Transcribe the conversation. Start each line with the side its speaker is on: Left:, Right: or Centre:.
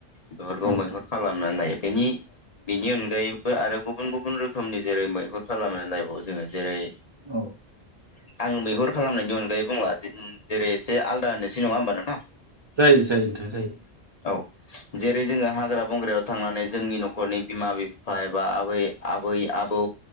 Left: बेफोरखौ
Right: नंगौ नोंथां
Left: मैहुर <unintelligible> बेनि अनगायैबो आरो गुबुन गुबुन रोखोमनि जेरै मैहुर खालाम लायबावो जोङो जेरै
Right: औ
Left: ओ आं मैहुर खालामनायनि अनगायै बुंला जेरै एसे आलदा होननोसै नङा होमबा नोंथां।
Right: जायो जायो नोंथां जायो
Left: औ जेरै जोङो हाग्रा बंग्रायाव थांनानै जोंनि न'खरनि बिमा बिफा एबा आबै आबै आबौ